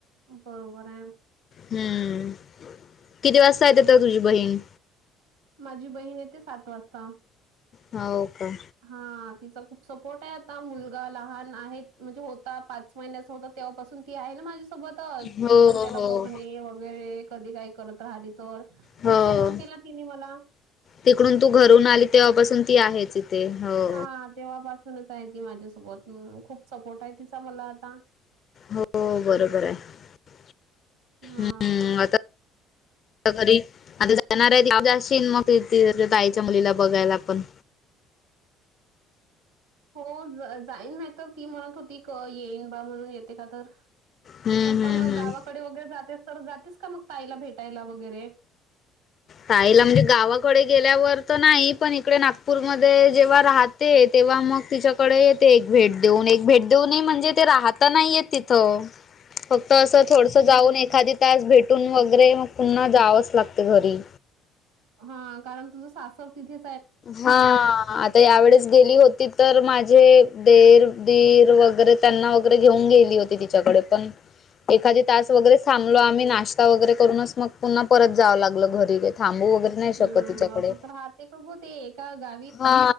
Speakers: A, on the right (about 75°); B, on the left (about 40°).
A: बरोबर आहे.
B: हम्म किती वाजता येते तर तुझी बहीण.
A: माझी बहीण येते सात वाजता.
B: हो का.
A: हा तिचा खूप सपोर्ट आहे आता मुलगा लहान आहेत म्हणजे होता पाच महिन्याचा होता. तेव्हापासून ती आहे ना माझ्यासोबतच
B: हो
A: एकदम त्याला
B: हो
A: बघणे वगैरे कधी काही करत राहली. तर
B: हो
A: खूप सपोर्ट केला तिने मला.
B: तिकडून तू घरून आली तेव्हापासून ती आहेच इथे हो.
A: हां, तेव्हापासूनच आहे ती माझ्यासोबत खूप सपोर्ट आहे तिचा मला आता.
B: हो बरोबर आहे
A: हां.
B: हम् आता. घरी आता जाणार आहे जा मग आईच्या मुलीला बघायला आपण.
A: हो जाईन नाही तर ती म्हणत होती क येईन बा म्हणून येते का तर.
B: हम्म
A: तू
B: हम्म
A: पण
B: हम्म.
A: गावाकडे वगैरे जातेस तर जातेस का मग ताईला भेटायला वगैरे.
B: तईला म्हणजे गावाकडे गेल्यावर तर नाही पण इकडे नागपूरमध्ये जेव्हा राहत. ते तेव्हा मग तिच्याकडे येते एक भेट देऊन एक भेट देऊनही म्हणजे ते राहताना नाही येत. तथो. फक्त असं थोडस जाऊन एखादी तास भेटून वगैरे मग पुन्हा जावंच लागत घरी.
A: हा कारण तुझं सासक तिथे.
B: हा. आता यावेेळेस गेली होती तर माझे देर दीर वगैरे. त्यांना वगैरे घेऊन गेली होती तिच्याकडे पण. एखादी तास वगैरे थांबलोम्हीश्ता वगैरे करूनच मग पुन्हा परत जावं लागलं घरी थांबू वगैरे. नाही शकत
A: हम्
B: तिच्याकडे
A: असंच राहते का ग ते एका गा.
B: हा